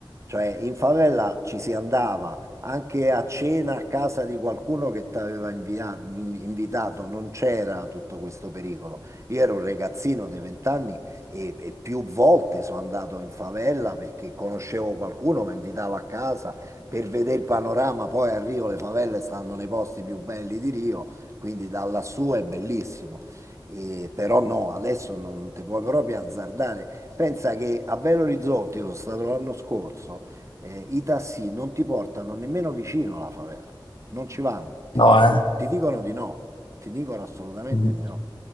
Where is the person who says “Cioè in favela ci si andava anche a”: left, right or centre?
Right